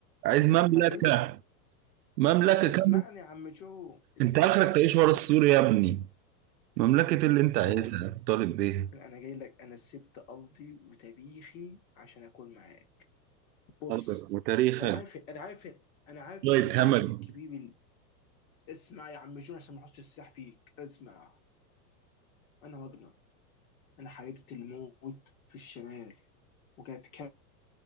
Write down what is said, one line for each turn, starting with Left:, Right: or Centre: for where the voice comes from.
Right: عايز مملكه
Left: انا قتلت
Right: مملكه
Left: اسمعني
Right: كامله
Left: يا عم جو اسمعني
Right: انت اخرك
Left: يا عم
Right: تعيش
Left: جون
Right: ورا السور يا ابني مملكه اللي انت عايزها
Left: جون
Right: طالب بيها
Left: انا جاي لك انا سبت ارضي وتاريخي عشان اكون معاك بص
Right: قلبك وتاريخك
Left: انا عارف انا عارف انا عارف
Right: لا
Left: ان
Right: يتهمل
Left: العائل الكبير ال- اسمع يا عم جون عشان ما احطش السلاح فيك اسمع انا راجنر انا حاربت الموت في الشمال وجات كام